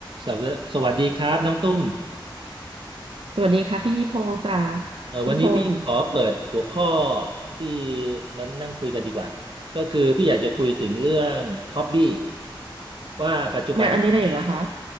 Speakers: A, on the right; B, on the right.
A: สวัสดีสวัสดีครับน้องตุ้ม
B: สวัสดีค่ะพี่พงศ์ค่ะ
A: เอ่อวันนี้พี่ขอเปิดหัวข้อ
B: พี่พงศ์
A: ที่มันนั่งคุยกันดีกว่าก็คือพี่อยากจะคุยถึงเรื่องฮ็อบบี้ว่าปัจจุบันเนี่ย
B: งานอดิเรกเหรอคะ